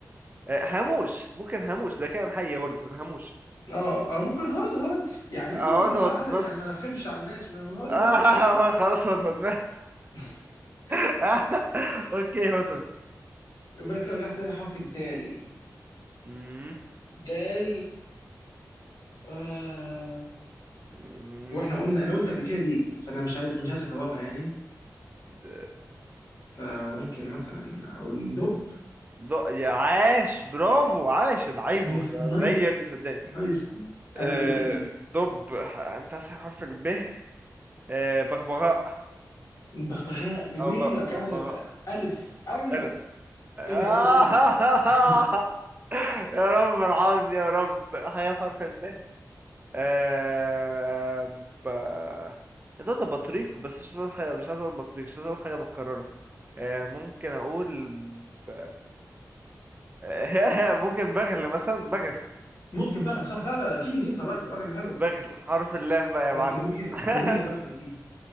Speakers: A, on the right (about 30°); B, on the left (about 65°).
A: هاموش ممكن هاموش ده كائن حي برضه الهاموش
B: اه او ممكن هود هود يعني ممكن
A: اهو هدهد
B: يساعد
A: مثلا
B: يعني ما نرخمش على الناس ونقول هود
A: آه
B: هود
A: خلاص هدهد
B: <laughs>
A: <laughs> اوكي هدهد
B: يقول لك ايه رجعت تاني حرف الدال
A: مم.
B: دال آه.
A: مم.
B: واحنا قلنا انا قلت قبل كده ديك فانا مش عارف مش عايز اكررها يعني
A: د-
B: فممكن مثلا او الدب
A: ض- يا عاش برافو عاش العيب
B: ممكن نايس
A: زي يا ابني صدقني
B: نايس حلوه
A: آه،
B: دب دي
A: دب ح- انت اسهل حرف الب آه، بغبغاء
B: بغبغاء جميلة
A: او ب-
B: رجعنا
A: ببغاء
B: ل- ألف أرنب
A: انا آه
B: ارجع بيه تاني <laughs>
A: <laughs> يا رب ارحمني يا رب حاجه بحرف الب آه، ب كنت قلت بطريق بس مش عايز اقول حاجه مش عايز اقول بطريق مش عايز اقول حاجه متكرره آه، ممكن اقول ب... <laughs> ممكن بغل مثلا بغل
B: ممكن بغل صح لا لا أكيد ينفع بغل بغل حلوة
A: بغل حرف اللام بقى يا
B: جميلة
A: معلم <laughs>
B: جميلة بغل دي